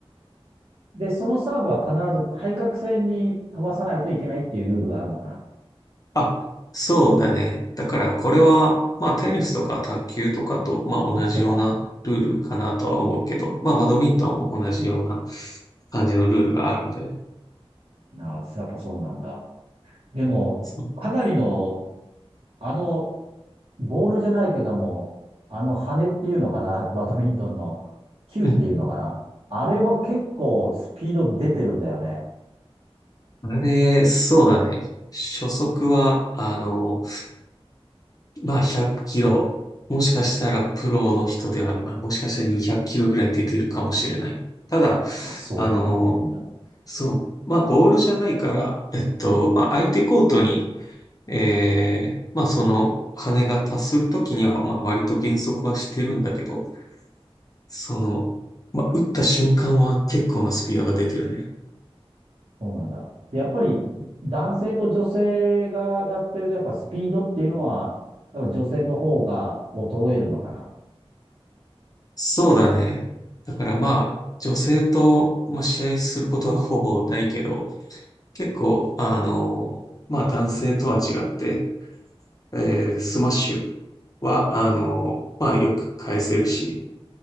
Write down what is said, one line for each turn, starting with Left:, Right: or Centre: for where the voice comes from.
Right: で、そのサーブは必ず対角線に飛ばさないといけないっていうルールがあるのかな。
Left: あ、そうだね。だから、これは、まあ、テニスとか卓球とかと、まあ、同じようなルールかなとは思うけど、
Right: 一緒か。
Left: まあ、バドミントンも同じような感じのルールがあるんだよね。
Right: なあ、やっぱそうなんだ。でも、
Left: そう。
Right: かなりの、あの、ボールじゃないけども、あの羽っていうのかな、バドミントンの球っていうのかな。
Left: うん
Right: あれも結構スピード出てるんだよね。
Left: あれ、そうだね。初速は、あの、まあ100キロ。もしかしたらプロの人では、まあ、もしかしたら200キロぐらい出てるかもしれない。ただ、
Right: あ、そんなに出てんだ。
Left: あの、そう、まあボールじゃないから、えっと、まあ相手コートに、えー、まあその羽が達するときには、まあ割と減速はしてるんだけど、その、まあ打った瞬間は結構なスピードが出てるね。
Right: そうなんだ。でやっぱり男性と女性がやってると、やっぱスピードっていうのは、多分女性の方が衰えるのかな。
Left: そうだね。だからまあ、女性と、まあ、試合することはほぼないけど、結構、あの、まあ男性とは違って、えースマッシュは、あの、まあよく返せるし、